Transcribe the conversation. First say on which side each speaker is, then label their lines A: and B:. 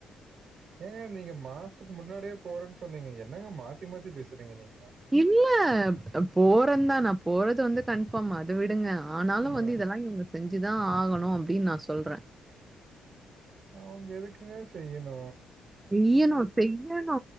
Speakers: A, on the right; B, on the right.
A: ஏங்க நீங்க மாசத்துக்கு முன்னாடியே போறேனு சொன்னிங்க என்னங்க மாத்தி மாத்தி பேசறிங்க நீங்க
B: இல்ல போறந்தா நா போறது வந்து கன் ஃபார்ம் அத விடுங்க ஆனாலு
A: ஆ.
B: வந்து இதெல்லா இவுங்க செஞ்சுதா ஆகணு அப்டின் நா சொல்ற
A: அவுங்க எதுக்குங்க செய்யணு
B: செய்யணு செய்யணு